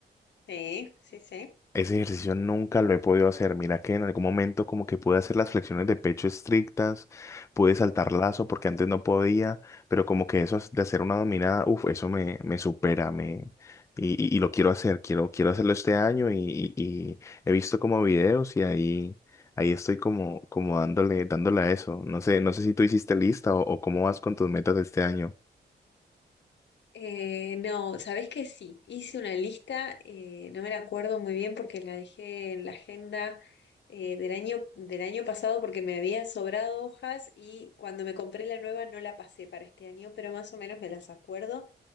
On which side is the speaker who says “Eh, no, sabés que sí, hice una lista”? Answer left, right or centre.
Left